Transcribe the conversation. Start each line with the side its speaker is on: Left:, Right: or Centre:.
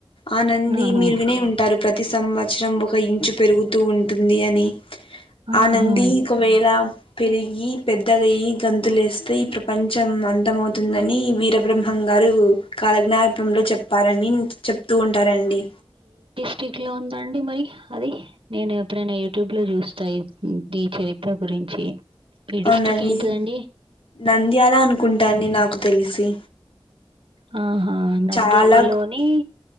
Left: ఆ నంది
Right: ఆహా!
Left: మీరు వినే ఉంటారు ప్రతి సం సంవత్సరం ఒక ఇంచు పెరుగుతూ ఉంటుంది అని
Right: ఆహా!
Left: ఆ నంది ఒకవేళ పెరిగి పెద్దదియ్యి గంతులేస్తే ఈ ప్రపంచం అంతమవుతుందని వీర బ్రహ్మం అహంగారు కాలజ్ఞానపంలో చెప్పారని చెప్తూ ఉంటారండి
Right: స్టిక్లో ఉందండి మరి అది నేను ఎప్పుడైనా యూట్యూబ్లో చూస్తాయి ఈ చరిత్ర గురించి ఈ డిస్ట్రిక్ట్
Left: అవునండి
Right: ఏంటిదండి?
Left: నంద్యాల అనుకుంటండి నాకు తెలిసి
Right: ఆహా నంద్యాల
Left: చాలా
Right: లోని